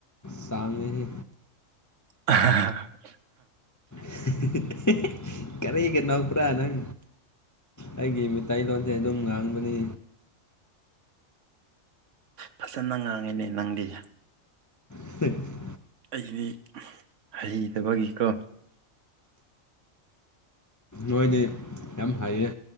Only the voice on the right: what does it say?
<inaudible>
ꯐꯖꯅ ꯉꯥꯡꯉꯦꯅꯦ ꯅꯪꯗꯤ
ꯑꯩꯗꯤ ꯍꯩꯇꯕꯒꯤꯀꯣ